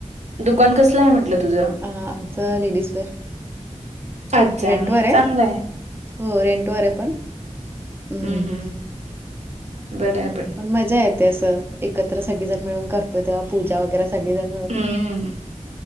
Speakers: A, on the right; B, on the right.
A: दुकान कसलं आहे म्हटलं तुझं?
B: अ आमचं लेडीज वेअर.
A: अच्छा!
B: रेंटवर आहे.
A: चांगलंय.
B: हो रेंट वर आहे. पण हम्म.
A: हं, हं. बरं आहे. पण
B: पण मज्जा येते. असं एकत्र सगळीजण मिळून करतो तेव्हा पूजा वगैरे सगळेजण
A: हम्म.